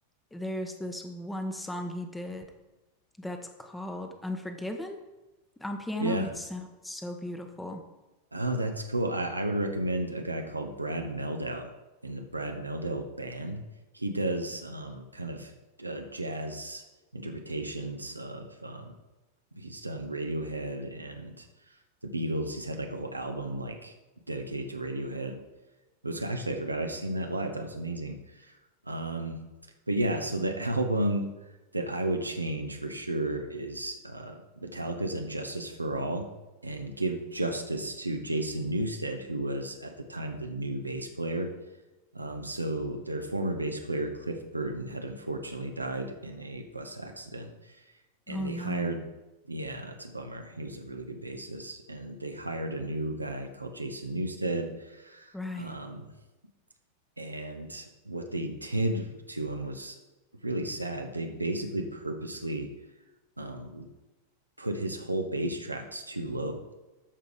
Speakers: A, in the centre; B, on the right.
A: There's this one song he did that's called Unforgiven on piano.
B: yeah.
A: It sounded so beautiful.
B: Oh, that's cool. I, I would recommend a guy called Brad Meldau in the Brad Meldau band. He does um, kind of uh, jazz interpretations of um, he's done Radiohead and the Beatles. He's had like a whole album like dedicated to Radiohead. It was actually I forgot I've seen that live. That was amazing. Um, but yeah, so the <laughs> album that I would change for sure is uh, Metallica's "Injustice for All" and give justice to Jason Newsted, who was at the time the new bass player. Um, so their former bass player Cliff Burton had unfortunately died in a bus accident and
A: Oh
B: they
A: no.
B: hired yeah, it's a bummer. He was a really good bassist, and they hired a new guy called Jason Newstead.
A: Right.
B: Um, and what they did to him was really sad. They basically purposely um, put his whole bass tracks too low.